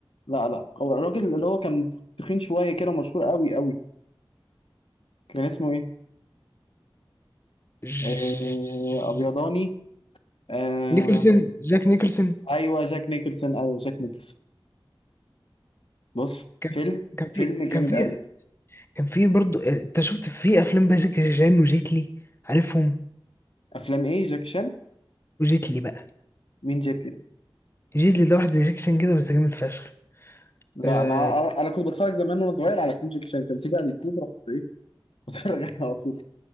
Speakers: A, on the left; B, on the left.
A: لا لا هو الراجل اللي هو كان تخين شوية كده مشهور قوي قوي كان اسمه ايه؟
B: ج-
A: آه أبيضاني آه
B: نيكلسون جاك نيكلسون
A: أيوه جاك نيكلسون أيوه جاك نيكلسون بص
B: كان
A: فيلم
B: كان
A: فيلم
B: في
A: جامد
B: كان في
A: قوي
B: كان في برضه انت شفت في افلام بقى جاكي شان وجيتلي عارفهم
A: أفلام ايه جاك شان؟
B: وجيتلي بقى
A: مين جاك كده؟
B: جيتلي ده واحد زي جاكي شان كده بس جامد فشخ
A: لا
B: آه...
A: أنا أنا كنت بتفرج زمان وأنا صغير على فيلم جاك شان كان بتيجي على اليوتيوب رحت ايه <laughs> بتفرج عليه على طول